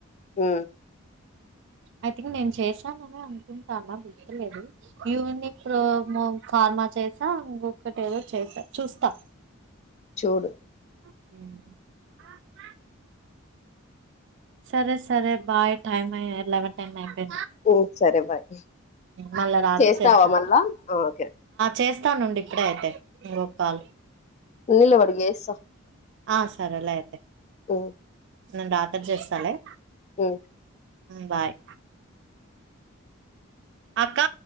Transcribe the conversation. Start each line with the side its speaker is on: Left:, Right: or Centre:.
Left: ఊ
Right: ఐథింక్ నేను చేశాననే అనే అనుకుంటాన్నా గుర్తులేదు యూనిక్రోము కార్మాచ చేసా ఇంగొక్కటి ఏదో చేసా చూస్తా
Left: చోడు
Right: హ సరే సరే బాయ్ టైమ్య్ ఎలవెన్ టైమ్యి
Left: మ్మ్ సరే బాయ్
Right: మళ్ళా రాత్ర
Left: చేస్తావా
Right: చేస్తాను
Left: మళ్ళా ఆ ఓకే
Right: చేస్తానుండి ఇప్పుడే అయితే ఇంొ కాల్
Left: నిలబడి గస్త
Right: ఆ సర ఎలా అయితే
Left: ఆ
Right: నన్ను రాత్ర చేస్తాలే
Left: ఆ
Right: బాయ్ అక్క